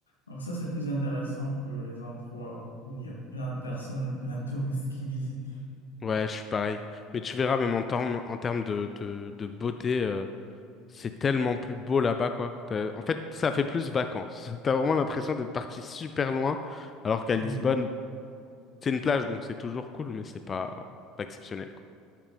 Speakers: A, on the left; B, on the left.
A: Donc, ça, c'est plus intéressant que les endroits où, où il y a plein de personnes ou plein de touristes qui visitent.
B: Ouais, je suis pareil. Mais tu verras même en termes en termes de, de, de beauté, euh, c'est tellement plus beau là-bas, quoi. T'as- En fait, ça fait plus vacances. <laughs> T'as vraiment l'impression d'être parti super loin, alors qu'à Lisbonne,
A: Oui.
B: c'est une plage, donc c'est toujours cool, mais c'est pas, pas exceptionnel, quoi.